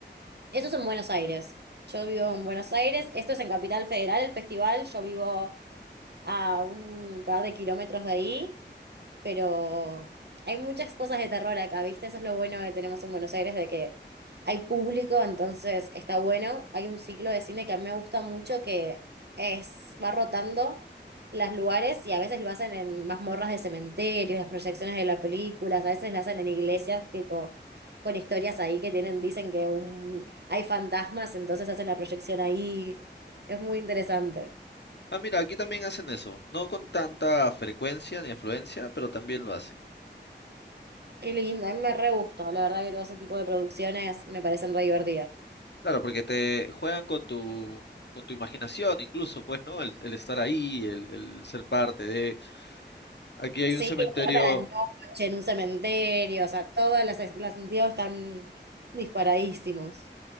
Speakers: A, on the right (about 65°); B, on the left (about 65°).
A: Eso es en Buenos Aires. Yo vivo en Buenos Aires, esto es en Capital Federal, el festival, yo vivo a un par de kilómetros de ahí pero hay muchas cosas de terror acá, ¿viste? Eso es lo bueno que tenemos en Buenos Aires, de que hay público, entonces está bueno. Hay un ciclo de cine que a mí me gusta mucho que es, va rotando los lugares y a veces lo hacen en mazmorras de cementerios, las proyecciones de las películas, a veces lo hacen en iglesias, tipo, con historias ahí que tienen, dicen que un- hay fantasmas, entonces hacen la proyección ahí. Es muy interesante.
B: Ah, mira, aquí también hacen eso. No con tanta frecuencia ni afluencia, pero también lo hacen.
A: Qué lindo, a mí me re gustó, la verdad que todo ese tipo de producciones me parecen re divertidas.
B: Claro, porque te juegan con tu, con tu imaginación incluso, pues, ¿no? El, el estar ahí, el, el ser parte de... Aquí hay
A: Sí,
B: un cementerio,
A: trata la noche en un cementerio, o sea, todos los, los sentidos están disparadísimos.